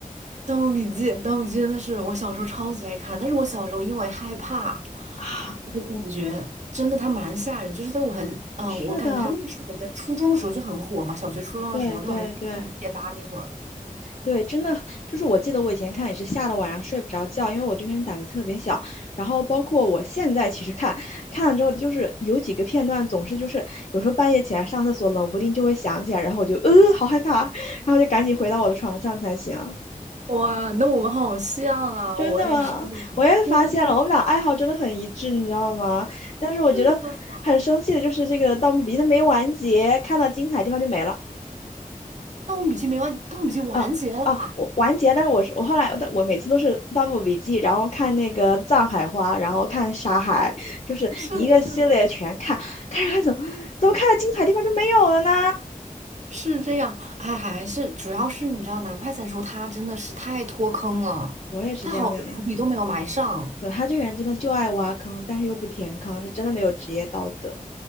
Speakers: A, on the right; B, on the left.
A: 《盗墓笔记》《盗墓笔记》真的是我小时候超级爱看，但是我小时候因为害怕，
B: 啊，
A: 我感觉真的它蛮吓人。
B: 我
A: 就是在我很嗯、
B: 是的，
A: 呃我感觉它那个时候我在初中的时候就很火嘛，小学初中的时候，
B: 对对对。
A: 那会儿还是贴吧那会儿。
B: 对，真的就是我记得我以前看也是吓得晚上睡不着觉，因为我这个人胆子特别小。然后包括我现在其实看看了之后，就是有几个片段总是就是有时候半夜起来上厕所，冷不丁就会想起来，然后我就呃好害怕，然后就赶紧回到我的床上才行。
A: 哇，那我们好像啊，
B: 真的吗？
A: 我也是，
B: 我也发现了，
A: 真
B: 我们俩爱好真的很一致，你知道吗？但是我觉得很生气的就是这个《盗墓笔记》它没完结，
A: 是的，
B: 看到精彩地方就没了。
A: 《盗墓笔记》没完，《盗墓笔记》完结了。
B: 啊啊，我完结，但是我是我后来但我每次都是《盗墓笔记》，然后看那个《藏海花》，然后看《沙海》，就是一个系列全看，
A: 是的，是的。
B: 看着看着怎么怎么看到精彩地方就没有了呢？
A: 是这样，哎，还是主要是你知道，南派三叔他真的是太脱坑了，
B: 我也是这样想，
A: 他好多伏笔都没有埋上。
B: 对，他这个人真的就爱挖坑，但是又不填坑，这真的没有职业道德。